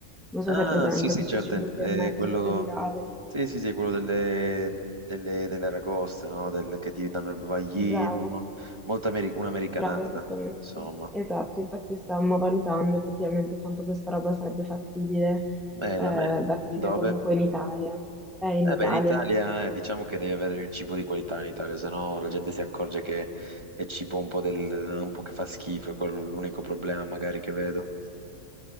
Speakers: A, in the centre; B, on the right.
A: non so
B: Ah,
A: se è presente
B: sì, sì,
A: questo
B: certo,
A: cibo che
B: è
A: ormai è
B: quello...
A: molto virale.
B: Sì, sì, sì, quello delle, delle, delle aragoste, no? Del- che ti danno il bavaglino,
A: Bravo.
B: molto ameri- un'americanata,
A: Brava, esattamente.
B: insomma.
A: Esatto, infatti stavamo valutando effettivamente quanto questa roba sarebbe fattibile
B: Bene,
A: eh,
B: a me...
A: da aprire
B: Dove?
A: comunque in Italia. È in
B: Eh
A: Italia.
B: beh, in Italia eh, diciamo che devi avere il cibo di qualità in Italia, se no la gente si accorge che è cibo un po', del, un po' che fa schifo, è quello l'unico problema magari che vedo.